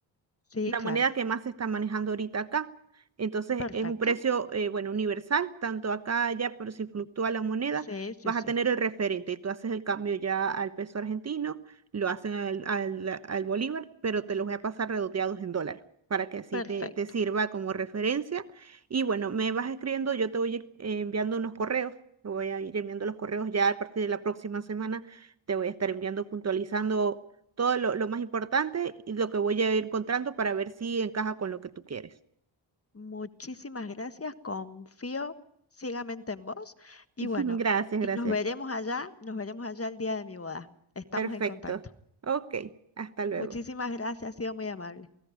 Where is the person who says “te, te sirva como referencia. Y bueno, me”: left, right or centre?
Right